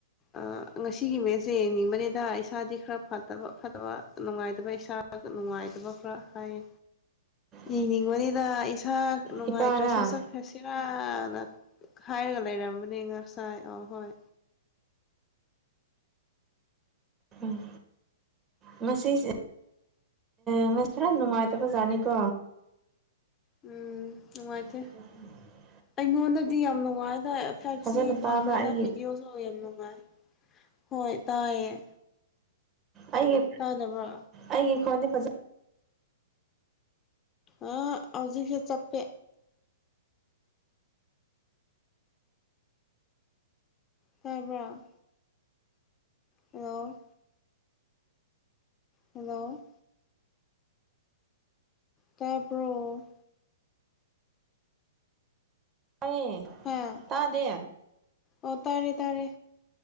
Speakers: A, on the left; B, on the right.
A: ꯑ ꯉꯁꯤꯒꯤ ꯃꯦꯁꯁꯦ ꯌꯦꯡꯅꯤꯡꯕꯅꯤꯗ ꯏꯁꯥꯗꯤ ꯈꯔ ꯐꯠꯇꯕ ꯐꯠꯇꯕ ꯅꯨꯡꯉꯥꯏꯇꯕ ꯏꯁꯥ꯫ <unintelligible> ꯅꯨꯡꯉꯥꯏꯇꯕ ꯈꯔ ꯍꯥꯏꯌꯦ꯫
B: ꯎꯝ
A: ꯏꯅꯤꯡꯕꯅꯤꯗ ꯏꯁꯥ ꯅꯨꯡꯉꯥꯏꯇ꯭ꯔꯁꯨ
B: ꯏꯄꯥꯔꯥ
A: ꯆꯠ ꯐꯦꯁꯤꯔꯥꯅ ꯈꯥꯏꯔꯒ ꯂꯩꯔꯝꯕꯅꯦ ꯉꯁꯥꯏ ꯑ ꯍꯣꯏ꯫
B: ꯎꯝ ꯉꯁꯤꯁꯦ ꯅꯨꯃꯤꯠ ꯈꯔꯥ ꯅꯨꯡꯉꯥꯏꯇꯕ ꯖꯥꯇꯅꯤꯀꯣ꯫
A: ꯎꯝ ꯅꯨꯉꯥꯏꯇ
B: <inaudible>
A: ꯑꯩꯉꯣꯟꯗꯗꯤ ꯌꯥꯝ ꯅꯨꯡꯉꯥꯏꯗ ꯐ꯭ꯔꯥꯐ
B: ꯐꯖꯅ
A: ꯁꯤ
B: ꯇꯥꯕ꯭ꯔꯥ
A: ꯐꯪꯉꯦꯗ
B: ꯑꯩꯒꯤ
A: ꯕꯤꯗꯤꯑꯣꯁꯨ ꯌꯥꯝ ꯅꯨꯡꯉꯥꯏ꯫ ꯍꯣꯏ ꯇꯥꯏꯌꯦ꯫
B: ꯑꯩꯒꯤ
A: ꯇꯥꯗꯕ꯭ꯔꯣ
B: ꯑꯩꯒꯤ ꯈꯣꯟꯗꯤ ꯐꯖ_ _
A: ꯑ ꯍꯧꯖꯤꯛꯁꯦ ꯆꯄꯄꯦ꯫ ꯇꯥꯕ꯭ꯔꯥ ꯍ꯭ꯂꯣ ꯍ꯭ꯂꯣ ꯇꯥꯕ꯭ꯔꯣ
B: ꯇꯥꯌꯦ
A: ꯍꯥ
B: ꯇꯥꯗꯦ꯫
A: ꯑꯣ ꯇꯥꯔꯦ ꯇꯥꯔꯦ